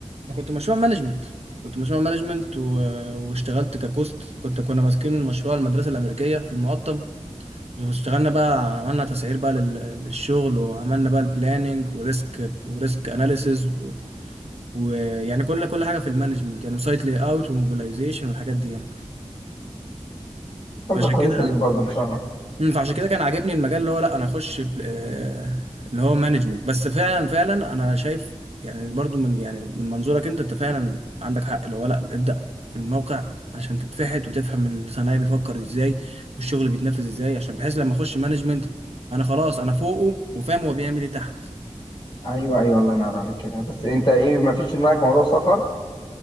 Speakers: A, on the right; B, on the left.
A: انا كنت مشروع مانجمنت كنت مشروع مانجمنت و... واشتغلت ككوست كنت كنا ماسكين مشروع المدرسه الامريكيه في المقطم واشتغلنا بقى عملنا تسعير بقى لل... للشغل وعملنا بقى البلاننج وريسك وريسك اناليسز ويعني كل كل حاجه في المانجمنت يعني وسايت لاي اوت وموبيلايزيشن والحاجات دي يعني
B: خبره
A: فعشان
B: كويسه
A: كده
B: ليك برضو ان شاء الله
A: مم، فعشان كده كان عاجبني المجال اللي هو لا انا اخش ب- آه، اللي هو مانجمنت بس فعلا فعلا انا شايف يعني برضو من يعني من منظورك انت انت فعلا عندك حق اللي هو لا ابدا في الموقع عشان تتفحت وتفهم الصنايعي بيفكر ازاي والشغل بيتنفذ ازاي عشان بحيث لما اخش مانجمنت انا خلاص انا فوقه وفاهم هو بيعمل ايه تحت
B: ايوه ايوه الله ينور عليك كده بس انت ايه ما فيش في دماغك موضوع سفر